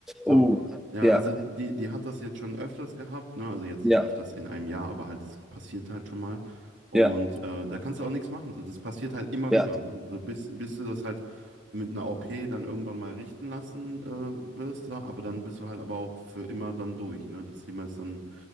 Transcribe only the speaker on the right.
So,
ja,
also die, die hat das jetzt schon öfters gehabt, ne? Also jetzt
nicht öfters in einem Jahr, aber halt, es passiert halt schon mal. Und
äh, da kannst du auch nichts machen. So, das passiert halt immer
wieder, ne? So, bis, bis du das halt mit einer OP dann irgendwann mal richten lassen äh, wirst, ja, aber dann bist du halt aber auch für immer dann durch, ne? Das Thema ist dann.